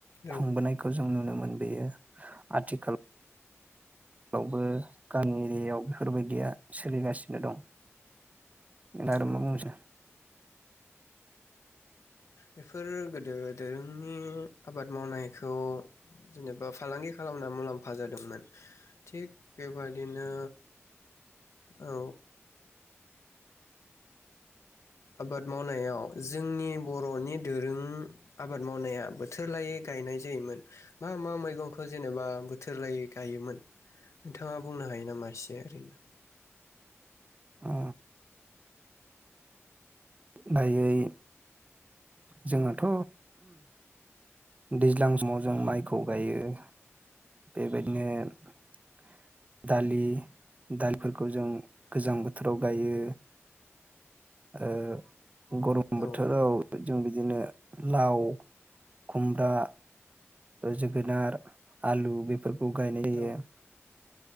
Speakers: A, on the left; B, on the right.
A: औ
B: खुंबोनायखौ जों नुनो मोनबोयो। आथिखाल आवबो गामि एरियायाव बेफोर बायदिया सोलिगासिनो दं। नोंथाङा आरो
A: उम।
B: मा बुंसै
A: बेफोर गोदो दोरोंनि आबाद मावनायखौ जेनेबा फालांगि खालामना मुलाम्फा जादोंमोन थिग बेबादिनो औ आबाद मावनायाव जोंनि बर'नि दोरों आबाद मावनाया बोथोर लायै गायनाय जायोमोन मा मा मैगंखौ जेनेबा बोथोर लायै गायोमोन नोंथाङा बुंनो हायो नामा एसे ओरैनो?
B: अ। दायै जोङोथ' दैज्लां समाव जों माइखौ गायो। बेबायदिनो दालि दालिफोरखौ जों गोजां बोथोराव गायो। ओ गरम
A: औ
B: बोथोराव जों बिद बिदिनो लाव खुमब्रा जोगोनार आलु बेफोर खौ गायनाय
A: औ
B: जायो।